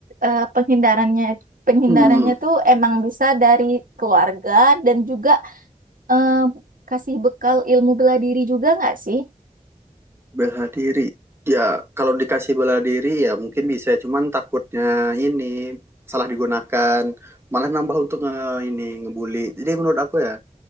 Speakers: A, on the right (about 80°); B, on the right (about 15°).
A: eh, penghindarannya penghindarannya
B: Hmm,
A: tuh emang bisa dari keluarga dan juga eh, kasih bekal ilmu bela diri juga nggak sih?
B: Bela diri. Ya, kalau dikasih bela diri ya mungkin bisa, cuman takutnya ini salah digunakan, malah nambah untuk nge ini ngebully. Jadi menurut aku ya,